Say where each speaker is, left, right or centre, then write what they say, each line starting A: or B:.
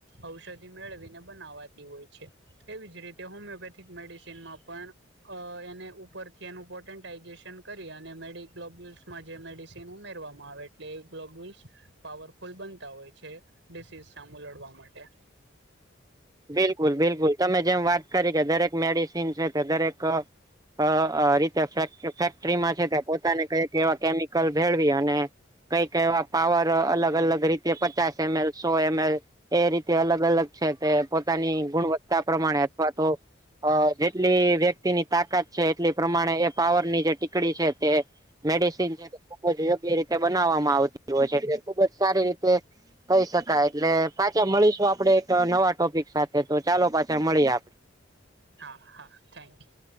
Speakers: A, on the right; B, on the right.
A: ઔષધિ મેળવીને બનાવાતી હોય છે. એવી જ રીતે હોમિયોપેથિક મેડિસિનમાં પણ અ એને ઉપરથી એનું પોટેન્ટાઈઝેશન કરી અને મેડી ગ્લોબ્યુલ્સમાં જે મે ચિન ઉમેરવામાં આવે એટલે ગ્લોબ્યુલ્સ પાવરફુલ બનતા હોય છે, ડિસીઝ સામું લડવા માટે.
B: બિલકુલ, બિલકુલ તમે જેમ વાત કરી કે દરેક મેડિસિન છે તે દરેક અ અ રીતે ફેક ફેક્ટરીમાં છે તે પોતાને કઈક એવા કેમિકલ ભેળવી અને કઈક એવા પાવર અલગ-અલગ રીતે પચાસ એમએલ, સો એમએલ એ રીતે અલગ-અલગ છે તે પોતાની ગુણવત્તા પ્રમાણે અથવા તો અ જેટલી વ્યક્તિની તાકાત છે એટલી પ્રમાણે એ પાવરની જે ટીકડી છે તે મેડિસન છે, ખુબ જ યોગ્ય રીતે બનાવવામાં આવતી હોય છે. ખૂબ જ સારી રીતે કઈ શકાય એટલે પાછા મળીશું આપડે એક નવા ટોપિક સાથે તો ચાલો પાછા મળીએ આપ
A: હા, હા થેન્ક યુ.